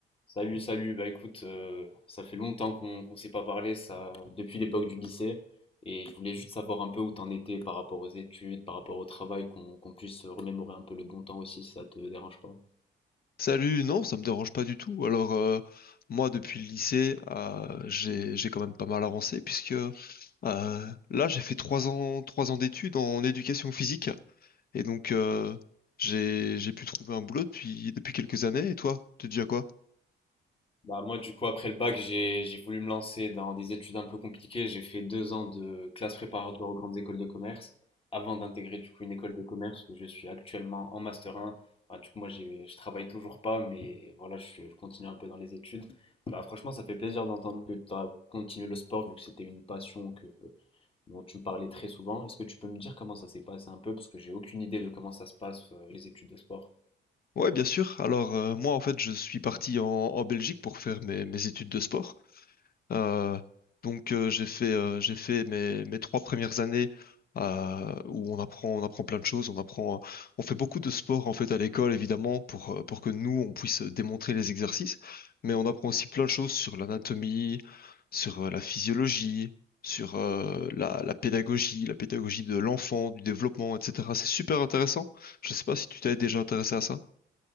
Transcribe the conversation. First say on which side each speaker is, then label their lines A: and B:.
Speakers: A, on the left (about 25°); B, on the left (about 50°).
A: Salut, salut. Bah écoute, euh, ça fait longtemps qu'on qu'on s'est pas parlé, ça, depuis l'époque du lycée. Et je voulais juste savoir un peu où t'en étais par rapport aux études, par rapport au travail, qu'on qu'on puisse remémorer un peu le bon temps aussi, si ça te dérange pas.
B: Salut, non, ça me dérange pas du tout. Alors, euh, moi, depuis le lycée, euh, j'ai, j'ai quand même pas mal avancé puisque euh, là, j'ai fait trois ans, trois ans d'études en éducation physique et donc euh, j'ai, j'ai pu trouver un boulot depuis, depuis quelques années. Et toi, tu dis à quoi?
A: Bah moi du coup après le bac j'ai j'ai voulu me lancer dans des études un peu compliquées. J'ai fait deux ans de classe préparatoire aux grandes écoles de commerce avant d'intégrer du coup une école de commerce où je suis actuellement en master 1. Bah, du coup moi j'ai je travaille toujours pas mais voilà je, je continue un peu dans les études. Bah franchement ça fait plaisir d'entendre que tu as continué le sport vu que c'était une passion que dont tu me parlais très souvent. Est-ce que tu peux me dire comment ça s'est passé un peu parce que j'ai aucune idée de comment ça se passe euh, les études de sport.
B: Ouais, bien sûr. Alors, euh, moi, en fait, je suis parti en, en Belgique pour faire mes, mes études de sport Euh, donc euh, j'ai fait euh, j'ai fait mes, mes trois premières années euh, où on apprend on apprend plein de choses, on apprend euh, on fait beaucoup de sport en fait à l'école évidemment pour euh, pour que nous on puisse démontrer les exercices, mais on apprend aussi plein de choses sur l'anatomie, sur euh, la physiologie, sur euh, la, la pédagogie, la pédagogie de l'enfant, du développement, etc. C'est super intéressant. Je sais pas si tu t'es déjà intéressé à ça.